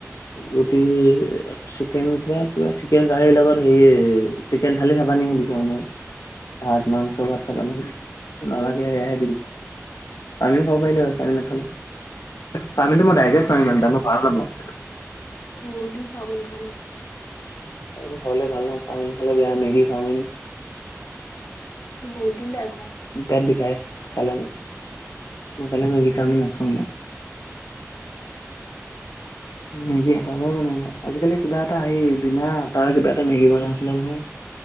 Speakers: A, on the left; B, on the left.
A: ৰুটি চিকেন কিবা কিবা চিকেন ক লগত হেই ন থালি খাব নি সুধিছে মানে ভাত মাংস ভাত খাব নি সুধিছে নালাগে
B: উম
A: এইআহে আমিও খাব পাৰিলো হয় চাউল নাখালে চাওমিনটো মোৰ ডাইজেষ্ট নহই ইমান এতা মই ভাল নাপাওঁ।
B: বহদিন চাওমিন খোৱা নাই
A: চাওমিন খাবলে ভাল নহয় চাওমিন খালে বেয়া মেগী চাওমিন
B: বহুত দিন আগত
A: পেট বিখায় খালে মোৰ মই তালে
B: উম
A: মেগী
B: মোৰ
A: চাওমিন নাখাওঁ
B: উ
A: মেগী এটাৰ ব বনাব আজিকালি কিবা এটা আহি বিনা আটাৰ কিবা এটা মেগী বনাই আছিলে নহয়